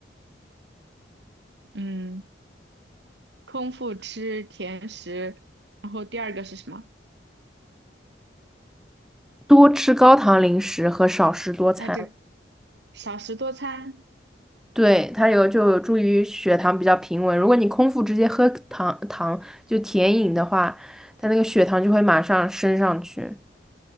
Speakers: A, on the right; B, in the centre.
A: 嗯，空腹吃甜食，然后第二个是什么？
B: 多吃高糖零食和少食多餐，
A: 那这少食多餐，
B: 对，它有就有助于血糖比较平稳。如果你空腹直接喝糖糖就甜饮的话，它那个血糖就会马上升上去。